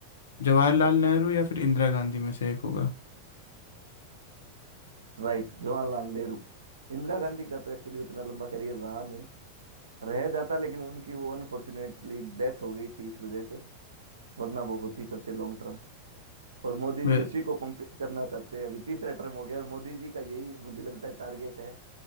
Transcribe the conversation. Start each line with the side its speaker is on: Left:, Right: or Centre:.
Left: जवाहरलाल नेहरू या फिर इंदिरा गांधी में से एक होगा
Right: राइट जवाहरलाल नेहरू इंदिरा गांधी का तो एक्चुअली उतना लंबा करियर रहा नहीं रह जाता लेकिन उनकी वो अनफॉर्चुनेटली डेथ हो गई थी इस वजह से वरना वो होती सबसे लॉन्ग टर्म और मोदी
Left: वे-
Right: जी उसी को कंप्लीट करना चाहते हैं अभी तीसरा टर्म हो गया और मोदी जी का यही मुझे लगता है टारगेट है